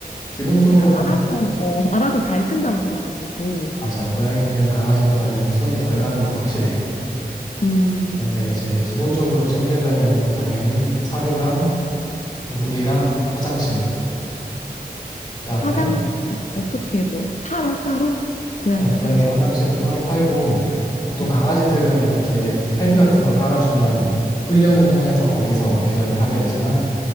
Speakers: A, on the left (about 25°); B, on the left (about 50°).
A: 기본적으로
B: 약간 알아서 어, <laughs> 알아서 잘 큰다고 들어가지고
A: 맞아. 고양이는 강아지보다는 손이 덜 가는 건 확실해.
B: 음
A: 그런데 이제 기본적으로 챙겨줘야 되는 건 당연히 사료랑 물이랑 화장실. 그 다음에
B: 화장실 어떻게 뭐 팔어 따로 고양이
A: 어,
B: 화장실
A: 고양이 화장실은 따로 팔고 보통
B: 어,
A: 강아지들은 이렇게 패드 같은 걸 깔아주면 훈련을 통해서 거기서 배변을 하게 되잖아.